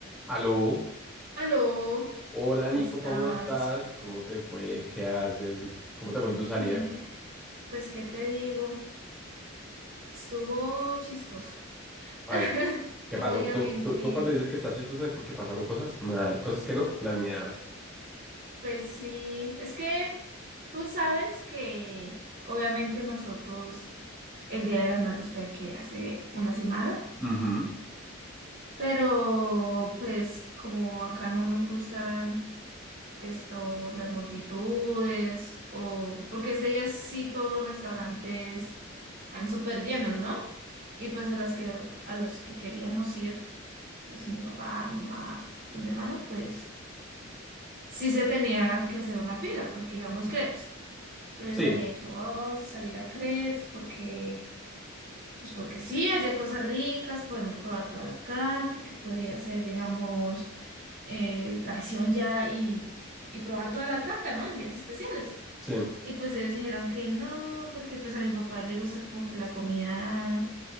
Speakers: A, in the centre; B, on the right.
A: Aló,
B: Aló,
A: hola
B: ¿cómo
A: Nico,
B: estás?
A: ¿cómo estás? ¿Cómo te fue? ¿Qué haces? ¿Cómo te fue en tu salida?
B: Pues, pues, ¿qué te digo? Estuvo chistoso.
A: Ay,
B: <laughs>
A: ¿qué
B: No
A: pasó?
B: voy
A: Tú,
B: a mentir.
A: tú- tú cuando dices que está chistoso es porque pasaron cosas mal, cosas que no planeabas.
B: Pues sí, es que tú sabes que obviamente nosotros el Día de las Madres fue que hace una semana,
A: Ujú.
B: pero pues como acá no nos gustan esto, las multitudes, o porque ese día sí todos los restaurantes están súper llenos, ¿no? Y pues a las que, a los que queríamos ir, pues mi papá, mi mamá, pues, mi hermano, pues sí se tenía que hacer una fila, porque íbamos crepes. Yo les
A: Sí,
B: había dicho, "Wow, vamos a salir a crepes, porque, pues porque sí, allá hay cosas ricas, podemos probar toda la carta, que podía ser, digamos, eh, traición ya y, y probar toda la carta, ¿no? En días especiales.
A: sí.
B: Y pues ellos dijeron que no, porque pues a mi papá le gusta como que la comida